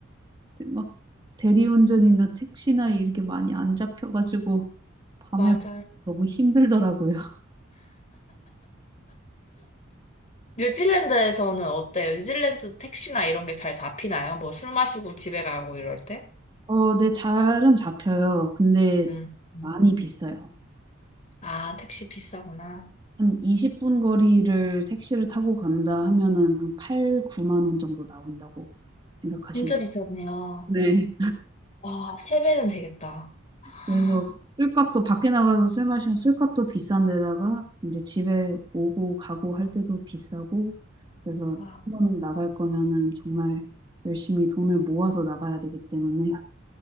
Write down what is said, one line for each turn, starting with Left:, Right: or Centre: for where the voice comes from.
Right: 막 대리운전이나 택시나 이렇게 많이 안 잡혀가지고 밤에
Left: 맞아요.
Right: 너무 힘들더라고요.
Left: 뉴질랜드에서는 어때요? 뉴질랜드도 택시나 이런 게 잘 잡히나요? 뭐 술 마시고 집에 가고 이럴 때?
Right: 어, 네, 잘은 잡혀요. 근데
Left: 음. 음.
Right: 많이 비싸요.
Left: 아, 택시 비싸구나.
Right: 한 20분 거리를 택시를 타고 간다 하면은 한 8, 9만 원 정도 나온다고 생각하시면
Left: 진짜 비싸네요.
Right: 돼요. 네.
Left: 와, 세 배는 되겠다. 아,
Right: 그래서 술값도 밖에 나가서 술 마시면 술값도 비싼 데다가 이제 집에 오고 가고 할 때도 비싸고 그래서
Left: 와.
Right: 한 번 나갈 거면은 정말 열심히 돈을 모아서 나가야 되기 때문에